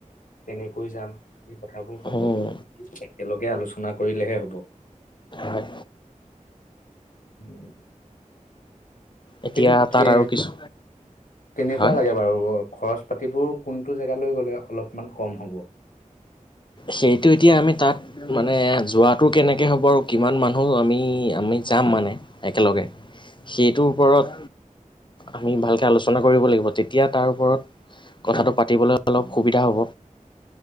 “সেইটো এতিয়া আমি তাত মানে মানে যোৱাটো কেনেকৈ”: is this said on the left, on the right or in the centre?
Left